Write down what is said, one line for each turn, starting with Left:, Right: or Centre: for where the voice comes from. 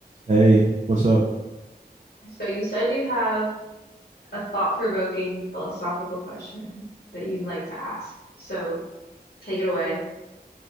Right: Hey, what's up?
Left: So you said you have a thought-provoking philosophical question that you'd like to ask. So take it away.